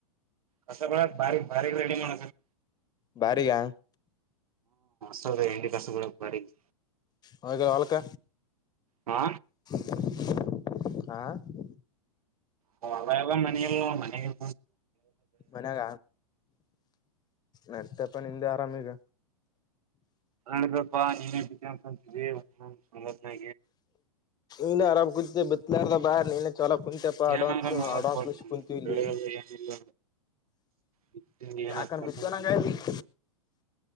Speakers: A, on the right; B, on the left.
A: ಕಸ ಬಾಳೆಕ್ ಬಾರಿಗಿ ಬಾರಿಗಿ ರೆಡಿ ಮಾಡಕತ್ನಿ
B: ಭಾರಿಗಾ
A: ಸ ಹೆಂಡಿ ಕಸ ಬಾಳೆಕ್ ಬಾರಿಗಿ
B: ಹೋಗ ಹೊಲ್ಕ
A: ಹ್
B: ಹ
A: ಹ ಅವಾಗ ಮನಲ್ಲ ಮನೆು
B: ಮನ್ಯಾಗ ನಡ್ತಪ್ಪ ನಿದೆ ನಾನೀಗ
A: ನಪ್ಪಾ ನೀನ್ಅಂತೀಸಂತ್ನೆ
B: ಇನರಾಮ ಕು ಬಿತಲಾರ ಬಾರ ನೀ ಇ ಚಲ ಕುಂತಪ್ಪ ಅಡ್ವಾನ್ಸ್
A: ಏನಾರ ಮಲತ್
B: ಅಡ್ವಾನ್ಸ್ ವಿಷ ಕುಂತ ಇಲ್ಲಿ
A: ಬೆಳೆ ಏನಿಲ್ಲ ಬಿತ್ತಿ ಏನ್
B: ಯಾಕನ
A: ಹಾಕ್ಬೇಕಂತ
B: ಬಿತ್ತುವ ನ ಅಗೆದೆ ಈಗ